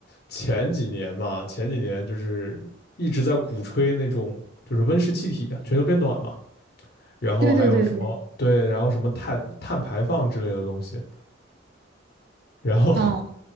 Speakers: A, on the left (about 55°); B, on the right (about 55°).
A: 前几年嘛，前几年就是一直在鼓吹那种就是温室气体啊，全球变暖嘛，然后还有什么对，
B: 对对对对，
A: 然后什么碳碳排放之类的东西，然后
B: 哦，